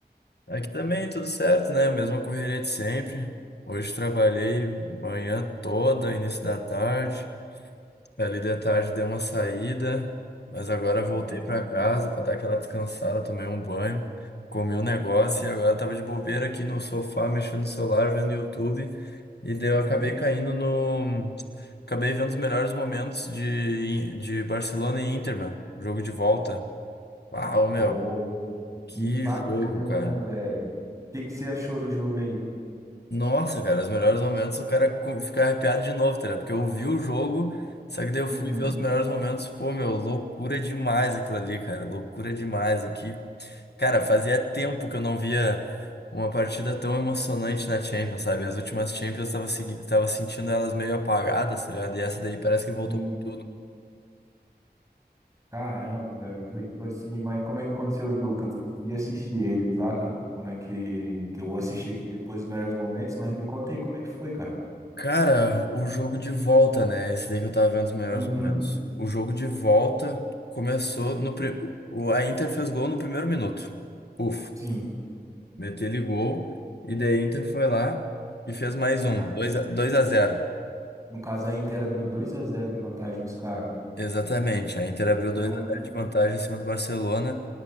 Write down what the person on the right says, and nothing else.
Bacana.
Uhum.
Pô,
que bacana,
velho. O que que você achou do jogo aí?
Uhum.
Sim.
Caramba, velho, foi tipo assim, mas como é que aconteceu o jogo? Que eu não consegui assistir ele, saca? Como é que, que eu vou assistir aqui depois dos melhores momentos, mas me conta aí como é que foi, cara.
Uhum.
Sim.
Cara,
no caso a Inter abriu dois a zero de vantagem nos caras.
Caramba.